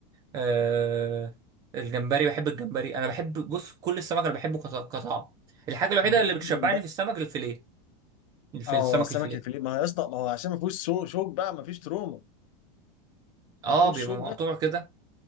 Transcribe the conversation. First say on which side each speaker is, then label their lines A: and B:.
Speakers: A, on the right; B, on the left.
A: آه الجمبري بحب الجمبري انا بحب بص كل السمك انا بحبه كط- كطعم الحاجه الوحيده
B: بتحدد
A: اللي بتشبعني
B: بقى
A: في السمك الفيليه في
B: اه
A: السمك
B: سمك
A: الفيليه
B: الفيليه ما هو يا اسطى ما هو عشان ما فيهوش سو- شوك بقى ما فيش تروما ما
A: اه
B: فيهوش
A: بيبقى
B: شوك
A: مقطوع
B: بقى
A: كده